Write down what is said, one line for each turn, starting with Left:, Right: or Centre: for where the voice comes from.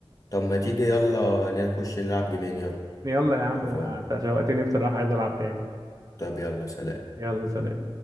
Left: طب ما تيجي يلا نخش نلعب جيمين يلا
Right: <laughs> يلا يا عم
Left: لو فاهم
Right: انا انت شوقتني بصراحة عايز العب تاني
Left: طب يلا سلام
Right: يلا سلام